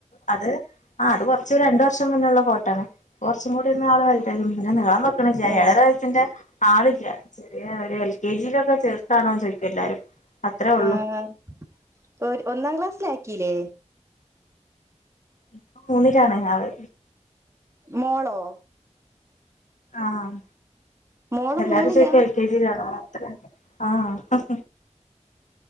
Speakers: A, on the left; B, on the right.
A: അത് ആഹ് അത് കുറച്ച് രണ്ടു വർഷം മുന്നേള്ള ഫോട്ടോ ആണ് കുറച്ചും കൂടി ഒന്ന് ആള് വല്ലതായിന് പിന്നെ നീളം വെക്കാൻ വെക്ക്ണ് ഇല്ല
B: ആ
A: ഏഴരവയസിന്റെ ആളില്ല ചെറിയ ഒരു എൽ കെ ജിയിലൊക്കെ ചേർത്താണോന്ന് ചോയിക്കും എല്ലാരും അത്രേ ഉള്ളൂ
B: ആഹ് ഒരു ഒന്നാം ക്ലാസ്സിലാ ആ കിലേ
A: ഇപ്പം മൂന്നിലാണ് ആള്
B: മോളോ
A: ആഹ്
B: മോള്
A: എല്ലാവരും
B: മൂന്നിലാ
A: ചോദിക്ക എൽ കെ ജിയിലാണോ <unintelligible> ആഹ്